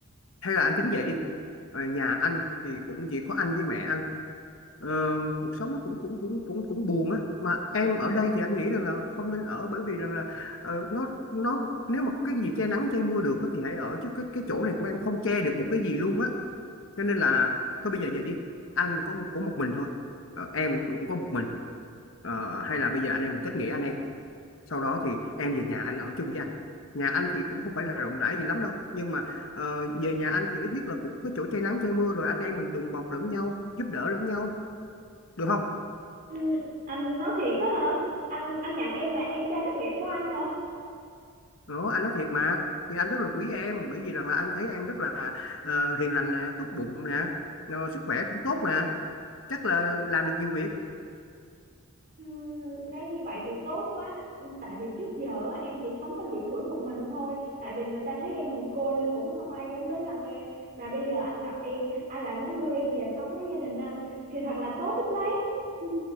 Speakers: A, on the left; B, on the right.
A: hay là anh tính về đi ờ, nhà anh thì cũng chỉ có anh với mẹ anh ờ, cuộc sống nó cũng cũng cũng cũng cũng buồn á mà em ở đây thì anh nghĩ rằng là không nên ở bởi vì rằng là ờ, nó nó nếu mà cái gì che nắng che mưa được á, thì hãy ở chứ cái cái chỗ này của em không che được một cái gì luôn á cho nên là thôi bây giờ về đi anh có có một mình thôi ờ, em cũng có một mình Ờ, hay là bây giờ anh em mình kết nghĩa anh em sau đó thì em về nhà anh ở chung với anh nhà anh thì cũng không phải là rộng rãi gì lắm đâu nhưng mà ờ, về nhà anh thì ít nhất là cũng có chỗ che nắng che mưa rồi anh em mình đùm bọc lẫn nhau giúp đỡ lẫn nhau được không
B: Ừ, anh nói thiệt á hả anh anh nhận em là em trai kết nghĩa của anh hả
A: đó anh nói thiệt mà thì anh rất là quý em bởi vì rằng là anh thấy em rất là ờ, hiền lành nè tốt bụng nè ờ, sức khỏe cũng tốt nè chắc là làm được nhiều việc
B: Ừ, Nếu như vậy thì tốt quá Ừ, Tại vì trước giờ á, em chỉ sống có lủi thủi một mình thôi Tại vì người ta thấy em mồ côi Nên cũng không ai dám tới gần em Mà bây giờ anh gặp em Anh lại muốn đưa em về sống với gia đình anh Thì thật là tốt biết mấy <laughs> Ừ,